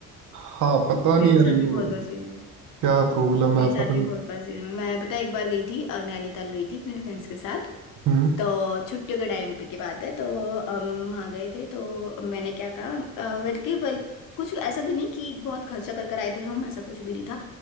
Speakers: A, on the right (about 60°); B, on the left (about 65°).
A: हाँ पता
B: मेरे
A: नहीं यार
B: साथ
A: इनको
B: भी बहुत बार सीन हुआ है
A: क्या प्रॉब्लम
B: मेरे
A: है
B: साथ
A: पता
B: भी
A: नहीं
B: बहुत बार सीन हुआ है मैं पता है एक बार गई थी अ, नैनीताल गई थी अपने फ्रेंड्स के साथ
A: हम्म
B: तो छुट्टियों के टाइम पे की बात है तो हम वहाँ गए थे तो मैंने क्या कहा अ, बल्कि बल, कुछ ऐसा भी नहीं कि बहुत खर्चा कर कर आए थे हम ऐसा कुछ भी नहीं था